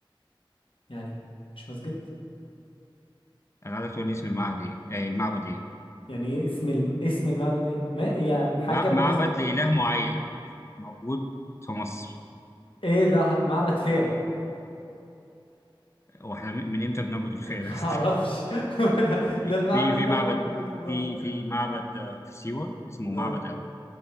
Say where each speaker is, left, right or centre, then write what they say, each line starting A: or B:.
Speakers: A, on the left; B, on the left.
A: يعني مش مسجد
B: أنا عايزك تقول لي اسم المعبد إيه آه المعبد إيه
A: يعني ايه اسم الم... اسم المعبد ايه ما يا حاجه
B: مع...
A: بالناس
B: معبد
A: بتقول
B: لإله
A: فيه
B: معين موجود في مصر
A: ايه ده ح- معبد فيلة
B: واحنا من من امتى بنعبد الفيلة
A: <laughs> ما
B: <laughs>
A: اعرفش <laughs> ده,
B: في
A: ده المعبد
B: في
A: اللي
B: في معبد
A: انا عارفه موجود في مصر
B: في في معبد آه، في سيوة اسمه
A: آه.
B: معبد أبو